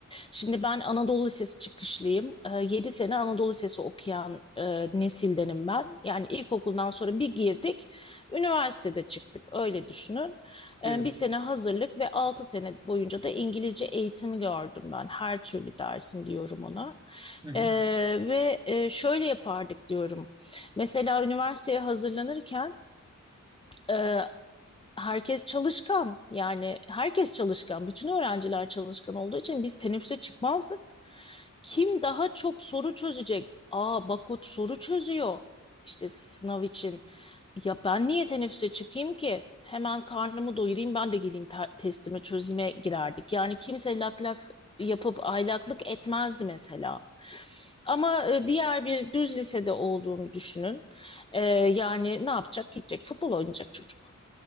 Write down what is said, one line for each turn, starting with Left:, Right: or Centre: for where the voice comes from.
Left: Şimdi ben Anadolu Lisesi çıkışlıyım. Ee, 7 sene Anadolu Lisesi okuyan e, nesildenim ben. Yani ilkokuldan sonra bir girdik, üniversitede çıktık. Öyle düşünün.
Right: Evet.
Left: E, bir sene hazırlık ve 6 sene boyunca da İngilizce eğitimi gördüm ben. Her türlü dersin diyorum ona.
Right: Hı hı.
Left: E, ve e, şöyle yapardık diyorum. Mesela üniversiteye hazırlanırken e, herkes çalışkan yani herkes çalışkan bütün öğrenciler çalışkan olduğu için biz teneffüse çıkmazdık. Kim daha çok soru çözecek? Aa Bakut soru çözüyor işte sınav için. Ya ben niye teneffüse çıkayım ki? Hemen karnımı doyurayım ben de geleyim te- testimi çözüme girerdik. Yani kimse lak lak yapıp aylaklık etmezdi mesela. Ama e, diğer bir düz lisede olduğunu düşünün. E, yani ne yapacak? Gidecek futbol oynayacak çocuk.